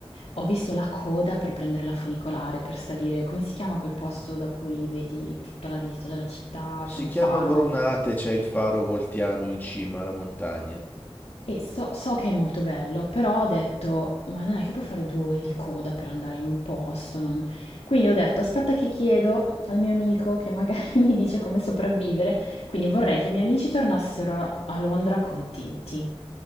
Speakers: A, on the left (about 85°); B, on the left (about 15°).
A: ho visto la coda per prendere la funicolare, per salire... Come si chiama quel posto da cui vedi tutta la vista della città?
B: Si
A: C'è un faro.
B: chiama Brunate, c'è il faro voltiano in cima alla montagna.
A: E so, so che è molto bello, però ho detto, ma non è che puoi fare due ore di coda per andare in un posto. non-". Quindi ho detto, aspetta che chiedo al mio amico che magari <laughs> mi dice come sopravvivere. Quindi vorrei che i miei amici tornassero a a Londra contenti.